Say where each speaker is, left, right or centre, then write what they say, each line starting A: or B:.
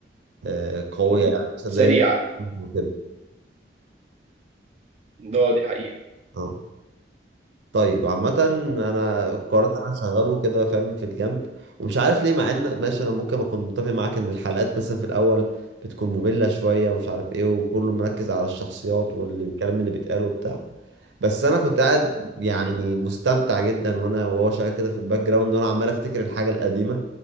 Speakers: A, on the right (about 80°); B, on the right (about 35°).
A: آه، قويه
B: مم.
A: يعني مثلا
B: سريعه
A: زي جيم اوف ثرونز وكده
B: ده دي حقيقه
A: اه طيب عامة انا قررت انا اشغله كده فاهم في الجنب ومش عارف ليه مع ان ماشي انا ممكن اكون متفق معاك ان الحلقات مثلا في الاول بتكون مملة شوية ومش عارف ايه وكله مركز على الشخصيات والكلام اللي بيتقال وبتاع بس انا كنت قاعد يعني
B: آه،
A: مستمتع جدا وانا وهو شغال كده في الباك جراوند وانا عمال افتكر الحاجة القديمة